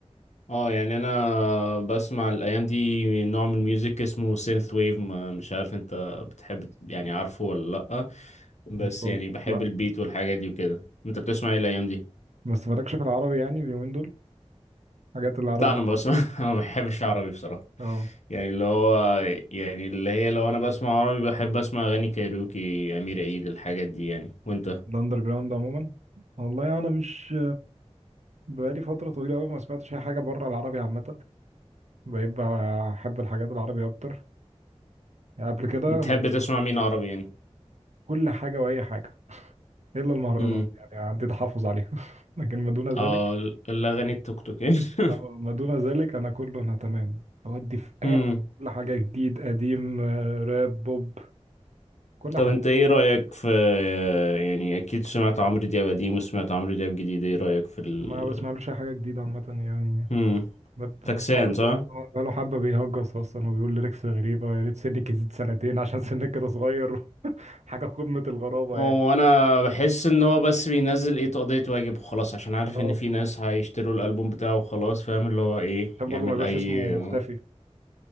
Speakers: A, on the left; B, on the right.
A: اه يعني انا بسمع الايام دي نوع من الميوزك اسمه سينث ويف مش عارف انت بتحب يعني عارفه ولا لا بس
B: ممكن-
A: يعني بحب
B: لا
A: البيت والحاجه دي وكده انت بتسمع ايه الايام دي
B: بس مالكش في العربي يعني اليومين دول حاجات العربي
A: لا انا بسمع <laughs> انا ما بحبش عربي بصراحه
B: اه
A: يعني اللي هو يعني اللي هي لو انا بسمع عربي بحب اسمع اغاني كايروكي امير عيد الحاجات دي يعني وانت
B: الاندر جراوند عموما والله انا مش بقالي فتره طويله قوي ما سمعتش اي حاجه بره العربي عامه بقيت بحب الحاجات العربي اكتر يعني قبل كده
A: بتحب
B: من
A: تسمع مين عربي يعني
B: كل حاجه واي حاجه الا المهرجانات
A: امم
B: يعني عندي تحفظ عليها <laughs> لكن ما دون
A: اه
B: ذلك
A: الاغاني التوك توك يعني <laughs>
B: آه، ما دون ذلك انا كله انا تمام اودي في اي
A: امم
B: حاجه كل حاجه جديد قديم آه، راب بوب كل
A: طب
B: حاجه
A: انت ايه رأيك في يعني اكيد سمعت عمرو دياب قديم وسمعت عمرو دياب جديد ايه رأيك في ال
B: ما بسمعلوش اي حاجه جديده عامه يعني
A: هم
B: بت-
A: فاكسان
B: بقاله
A: صح؟
B: بقاله حبه بيهجس اصلا وبيقول ليركس غريبه يا ريت سنك يزيد سنتين عشان <laughs> سنك كده صغير <laughs> حاجه قمه الغرابه
A: هو
B: يعني
A: انا بحس ان هو بس بينزل ايه تقضية واجب وخلاص عشان عارف
B: <laughs>
A: ان
B: آه،
A: في ناس هيشتروا الالبوم بتاعه وخلاص فاهم اللي هو ايه
B: عشان
A: يعمل
B: برضه ما يبقاش
A: اي
B: اسمه مختفي